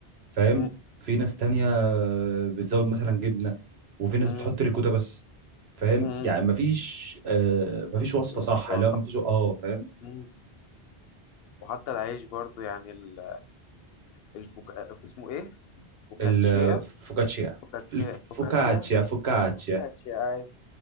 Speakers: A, on the right; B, on the left.
A: فاهم
B: مم،
A: في ناس تانية بتزود مثلا جبنة وفي ناس
B: مم،
A: بتحط ريكوتا بس فاهم
B: مم.
A: يعني مفيش آه مفيش وصفة
B: وصفة
A: صح لا
B: صح
A: مفيش اه فاهم
B: مم. وحتى العيش برضو يعني ال- الفوك... اسمه ايه فوكاتشيا
A: الفوكاتشيا
B: فوكاتشيا
A: الفوكاتشيا
B: فوكاتشيا
A: فوكاتشيا
B: فوكاتشيا أيوة.